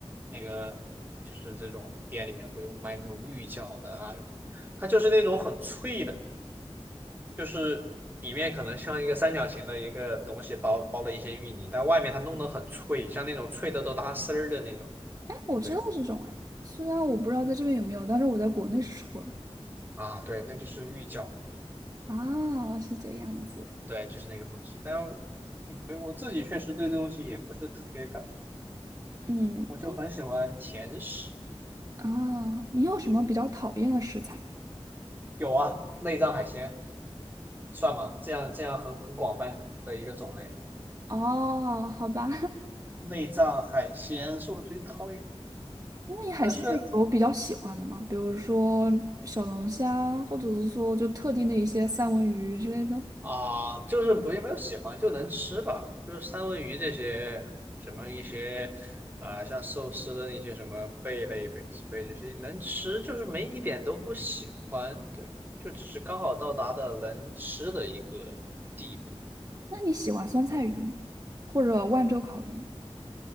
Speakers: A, on the right (about 20°); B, on the right (about 35°).
A: 那个就是这种店里面会有卖那种芋饺的啊什么它就是那种很脆的，就是里面可能像一个三角形的一个东西包包了一些芋泥，但外面它弄得很脆，像那种脆的都拉丝儿的那种。
B: 哎，我知道这种哎，
A: 对
B: 虽然我不知道在这边有没有，但是我在国内是吃过的。
A: 啊，对，那就是芋饺。
B: 啊，是这样子。
A: 对，就是那个东西。但对我自己确实对这东西也不是特别感冒，
B: 嗯，
A: 我就很喜欢甜食。
B: 啊，你有什么比较讨厌的食材？
A: 有啊，内脏海鲜算吗？这样这样很很广泛的一个种类。
B: 哦，好吧，
A: 内脏海鲜是我最讨厌，
B: <laughs> 那你海鲜类有比较喜欢的吗？
A: 但虽然
B: 比如说小龙虾，或者是说就特定的一些三文鱼之类的。
A: 啊，就是不也没有喜欢，就能吃吧，就是三文鱼这些，什么一些，啊、像寿司的那些什么贝类、贝子贝这些能吃，就是没一点都不喜欢，对，就只是刚好到达的能吃的一个地步。
B: 那你喜欢酸菜鱼吗？或者万州烤鱼？